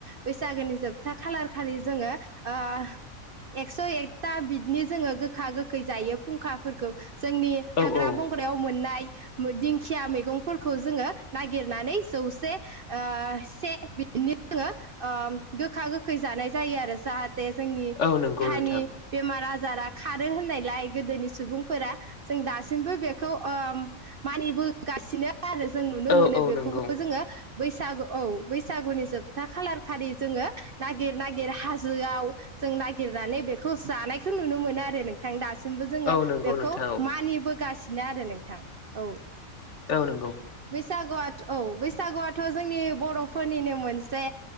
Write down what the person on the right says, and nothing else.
बैसागोनि जोबथा खालार खालि जोङो ओ एकस' एकथा बिदिनो जोङो गोखा गोखै जायो फुंखाफोरखौ जोंनि
हाग्रा
बंग्रायाव मोननाय दिंखिया मैगंफोरखौ जोङो नागिरनानै जौसे ओ से जोङो ओ गोखा- गोखै जानाय जायो आरो जाहा ते जोंनि
देहानि
बेमार आजार जारा खारो होननायलाय गोदोनि सुबुंफोरा जों दासिमबो बेखौ ओ मानिबो गासिनो आरो जों नुनो
मोनो
बेखौबो
जोङो बैसागु औ बैसागुनि जोब था खालार खालि जोङो नागिर-नागिर हाजोआव जों नागिरनानै बेखौ जानाय नुनो मोनो आरो नोंथां दासो सिमबो जोङो
बेखौ
मानिबोगासिनो आरो नोंथां औ।
बैसागु औ बैसागुआथ' जोंनि बर'फोरनिनो मोनसे